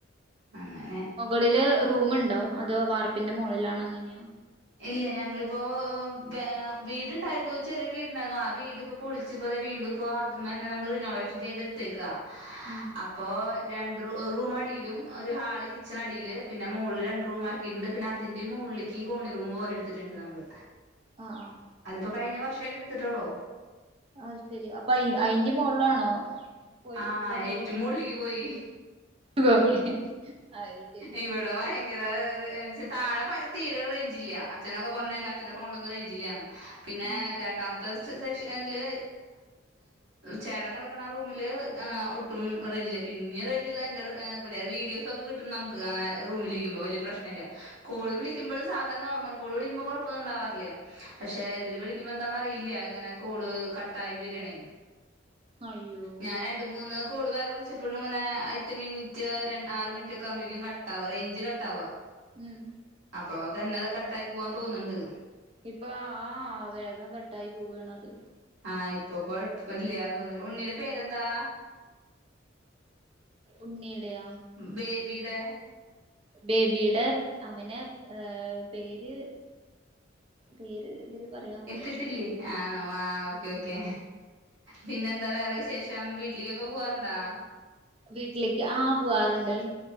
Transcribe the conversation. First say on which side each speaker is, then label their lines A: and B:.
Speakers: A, on the right; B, on the right.
A: അങ്ങനെ
B: മുകളില് റൂമ്ണ്ടോ അതോ വാർപ്പിന്റെ മോളിലണോ അങ്ങനെയാ
A: ഇല്ല ഞങ്ങളിപ്പോ ഏ വീടുണ്ടായിരുന്നു ചെറിയരു വീടുണ്ടായിരുന്നു ആ വീടിപ്പോ പൊളിച്ചപ്പോതേ വീ ഇപ്പോ അത് മ്മെ തന്നെ നമ്മള് റിനോവേഷൻ ചെയ്തെടുത്തേക്കാ ഹേ
B: ഉം
A: അപ്പോ രണ്ട് റൂം ഒരു റൂം അടിയിലും ഒരു ഹാള് കിച്ചൺ അടിയില് പിന്നെ പിന്നെ മോളിൽ രണ്ട് റൂം ആക്കിയിട്ട് ണ്ട് അതിന്റെ മോളിലേക് കോണി റൂം പോലെ എടുത്തിട്ടുണ്ട് നമ്മള്
B: ആഹ് ആഹ്
A: അതിപ്പോ കഴിഞ്ഞ വർഷായിട്ട് എടുത്തിട്ടൊള്ളു
B: അയ്ശെരി അപ്പൊ അയിന്റിം മോളിലാണോ പോയി
A: ആഹ
B: കോണി
A: ഏറ്റും
B: റൂമിന്റെ
A: മോളില്ക് പോയി
B: റൂമ് അത് ശരി
A: ഇവിടെ വയങ്കര താഴെ തീരെ റേഞ്ചില്ല്യ അച്ഛനൊക്കെ പറഞ്ഞേ
B: ഉം
A: അച്ഛന്റെ ഫോണിലൊന്നും റേഞ്ചില്ല്യാന്ന് പിന്നെ
B: ഉം
A: രണ്ടാമത്തെ സെക്ഷൻ ഇതില് ചേട്ടൻകിടക്കണറൂ. ഒട്ടും റേഞ്ചില് പിന്നെ റേഞ്ച എവിടെ വീഡിയോസ് ഒക്കെ കിട്ടും നമുക്ക് അങ്ങനെ. വലിയപ്രശ്നല്ല കോൾ
B: ഉം
A: വിളിക്കുമ്പോൾ.. നോർമൽ കോള് വിളിക്ക്പോ കുഴപ്പൊന്ന ഉണ്ടാറില്ല പക്ഷെ ഇതില് വിളിക്കുമ്പോ എന്താന്ന അറിയില്ല ഇങ്ങനെ കോള്. കട്ടായി വരികയാണ്.
B: അയ്യോ
A: ഞാൻ രണ്ട് മൂന്ന്. കൂളി വേറെ വിളിച്ചപ്പോഴും ഇങ്ങനെ എട്ട് മിനിറ്റ് ആറ് മിനിറ്റ് ഒക്കെകുമ്പോഴക്കും കട്ടാകറേഞ്ച് കട്ട് ആവാ.
B: ഉം
A: അപ്പൊ തന്നെതാ കട്ടായി പോവാൻ തോന്നുന്നുണ്ട്.
B: ഇപ്പൊ ആഹ വേഗം കട്ടായി പോവാണ് അത്.
A: ആഹ ഇപ്പൊ കൊഴപ്പില്ലയന്നേ ഉണ്ണിയുടെ പേരെന്താ.
B: ഉണ്ണിയേടയാ
A: ബേബിയുടെ
B: ബേബി ടെ. അവനെ ഏഹ പേര് പേര് ഇതില്. പറയാൻ പാടില്ല
A: ഇട്ടിട്ടില്ലേ ആ ആ ഓക്കേ ഓക്കേ. പിന്നെന്താ വേറെശേഷം വീട്ടിലേക്കൊക്കെ പോവാറുണ്ടാ.
B: വീട്ടിലേക്ക് ആഹ പോവാറുണ്ട്.